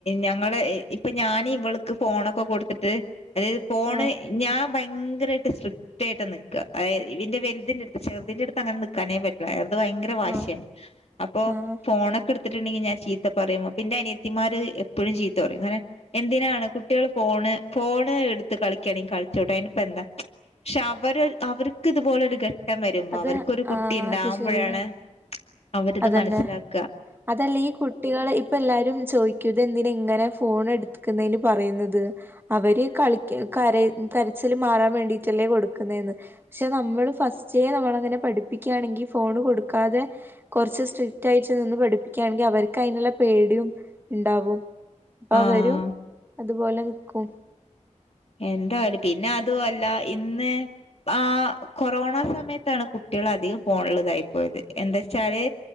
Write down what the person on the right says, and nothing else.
ആഹ്
ആഹ്
ആഹ്
അത്
ആഹ്
അത് ശരിയാ
അതന്നെ
അതല്ല ഈ കുട്ട കുട്ടികളെ ഇപ്പഎല്ലാവരും ചോദിക്കും ഇത് എന്തിനാ ഇങ്ങനെ ഫോൺ എടുത്തക്കുന്നതിന് പറയുന്നത്. അവര് കളി കര കരച്ചില് മാറാൻ വേണ്ടിട്ടല്ലേ കൊടുക്കുന്നേന്ന്. പക്ഷെ നമ്മള് ഫസ്റ്റ്ലേനമ്മളങ്ങനെ പഠിപ്പിക്കുകയാണെങ്കിൽ ഫോണ് കൊടുക്കാതെ കുറച്ച് സ്ട്രിക്ട് ആയിട്ട് നിന്ന് പഠിപ്പിക്കുകയാണെങ്കിൽ അവർക്ക് അതിനുള്ള പേടിയും ഉണ്ടാവും.
അവരും അതുപോലെ നിക്കും.